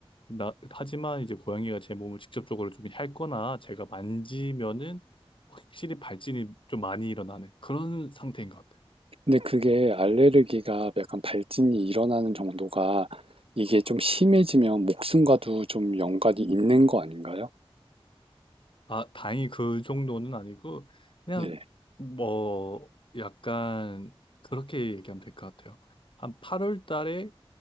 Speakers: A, on the left (about 55°); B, on the right (about 65°).
A: 나, 하지만 이제 고양이가 제 몸을 직접적으로 좀 핥거나 제가 만지면은 확실히 발진이 좀 많이 일어나는 그런 상태인 것 같아요.
B: 근데 그게 알레르기가 약간 발진이 일어나는 정도가 이게 좀 심해지면 목숨과도 좀 연관이 있는 거 아닌가요?
A: 아, 다행히 그 정도는 아니고, 그냥,
B: 네.
A: 뭐, 약간, 그렇게 얘기하면 될 것 같아요. 한 8월 달에